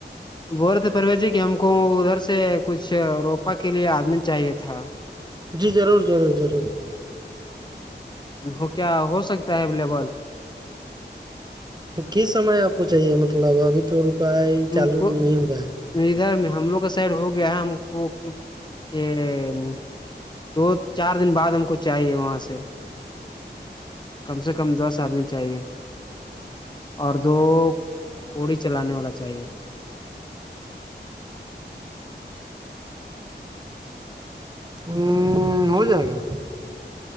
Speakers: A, on the left; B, on the right.
A: بولے تھے پرویش جی کہ ہم کو ادھر سے کچھ روپا کے لیے آدمی چاہیے تھا
B: جی ضرور ضرور ضرور
A: وہ کیا ہو سک تا ہے اولیبل
B: ا کس سمے آپ کو چاہیے مطلب ابھی تھوڑی ائے <unintelligible>
A: ہم
B: چالو
A: کو
B: نہیں ہوا ہے
A: ادھر میں ہم لوگ کا سائڈ ہو گیا ہے ہم کو یہ دو چار دن بعد ہم کو چاہیے وہاں سے کم سے کم دس آدمی چاہیے اور دو کوڑی چلانے والا چاہیے
B: ہوں ہو جائے گا